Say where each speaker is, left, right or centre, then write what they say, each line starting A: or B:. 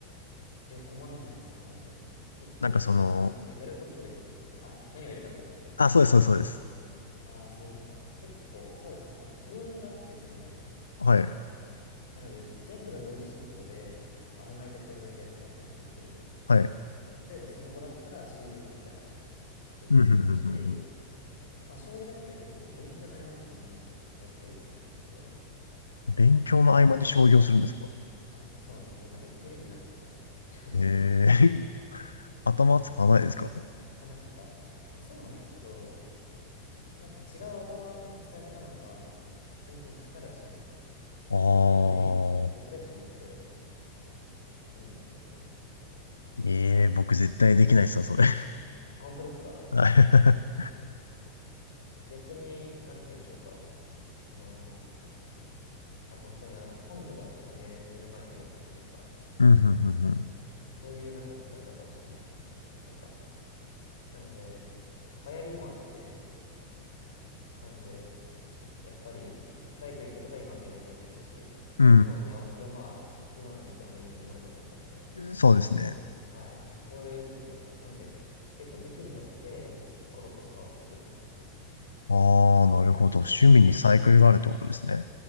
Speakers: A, on the left; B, on the left.
A: いや、困らないですね。なので、結構おかげさまでやることがいっぱいあって、
B: なんかその、
A: あ、何をやるかってことですか
B: あ、そうです、そうです、そうです。
A: ああー、そういうことか。結構、そうですね。なんかブームがあって、自分の中で。
B: はい。
A: なので、全部が同時進行で、うんあれもやりたい、これもやりたいってわけではなく、
B: はい。
A: 例えばスノボだったらシーズンが来たら結構行きますし、
B: うん、ふんふんふんふん。
A: まあ、将棋だったら結構勉強の合間とかにやったりするんですけど、
B: 勉強の合間に商業するんですか
A: とか、あ、そうなんです。もうなんか一気抜きになるんですよね。<laughs> 将棋が。
B: ええ。<laughs> 頭使わないですか
A: あ、なんか、まあ、そうなんですけど、なんか違う頭の使い方なんか、全然疲れはしないんですよね。
B: ああ。
A: 逆にリフレッシュになっていいんですよね。
B: ええ、僕絶対できないっすわ、
A: そうですね。
B: それ。
A: あ本当ですか
B: <laughs> はい。
A: 逆に、なんて言うんでしょうか。その、あと他には本とかだったら寝、寝る前に読んだりとか、
B: うん、ふんふんふん。
A: そういうなんか使い方をしてますね。なんか、なので、流行りもあって、なんで、やっぱりサイクリングとか今流行りじゃないですし、
B: う
A: 今もや山は、今の時期あまり登れなかったんで、
B: ん。そうですね。
A: あまり行けてなかった。はい。そういう時もあって、なんで結構時期によってコロコロ変わってくって感じですね。
B: ああ、なるほど。趣味にサイクルがあるってことですね。